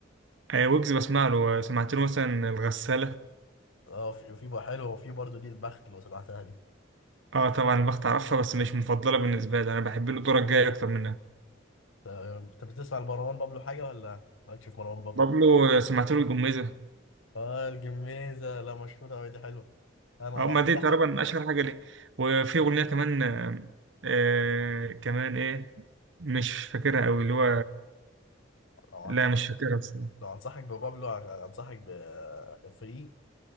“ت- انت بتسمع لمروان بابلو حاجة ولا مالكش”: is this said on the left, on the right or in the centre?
Left